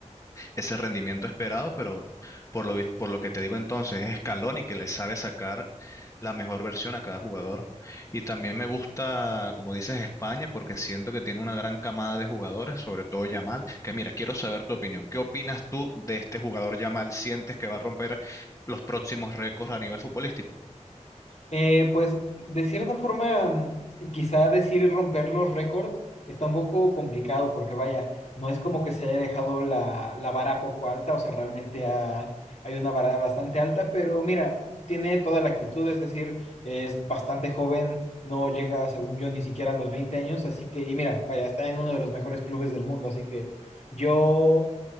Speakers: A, on the left; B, on the left.
A: ese rendimiento esperado, pero por lo, vi- por lo que te digo entonces, es Scaloni que le sabe sacar la mejor versión a cada jugador. Y también me gusta, como dices, España, porque siento que tiene una gran camada de jugadores, sobre todo Yamal, que mira, quiero saber tu opinión. ¿Qué opinas tú de este jugador Yamal? ¿Sientes que va a romper los próximos récords a nivel futbolístico?
B: Eh, pues de cierta forma, mm, quizá decir y romper los récords está un poco complicado porque vaya, no es como que se haya dejado la, la vara poco alta, o sea, realmente ha- hay una vara bastante alta, pero mira, tiene toda la actitud, es decir, es bastante joven, no llega, según yo, ni siquiera a los 20 años, así que, y mira, vaya, está en uno de los mejores clubes del mundo, así que yo,